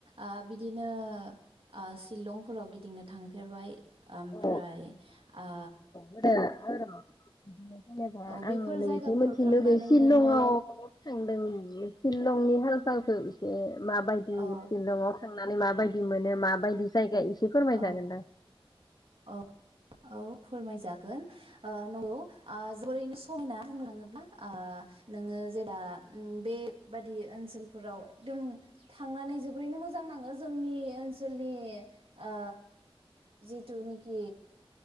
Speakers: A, on the right; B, on the left.
A: आ बिदिनो आ सिलंफोराव गिदिंनो थांफेरबाय।
B: <inaudible>
A: ओमफ्राय
B: आरो
A: ओ
B: बिदिनो जेनेबा
A: औ
B: आङो
A: बेफोर
B: नोंनिफ्राय
A: जायगाफोराव
B: मोनथिनो
A: थांनानै
B: लुगैयो सिलंआव
A: नोङो
B: थांदों सिलंनि हाल सालखौ इसे माबायदि
A: औ
B: सिलंआव थांनानै माबायदि मोनो माबायदि जायगा एसे एसे फोरमायजागोन
A: औ
B: दां।
A: औ औ फोरमायजागोन ओ नंगौ जोबोरैनो समायना बुंलाङोब्ला ओ नोङो जेब्ला उम बेबादि ओनसोलफोराव एकदम थांनानै जोबोरैनो मोजां नाङो जोंनि ओनसोलनि ओ जि जिथुनिखि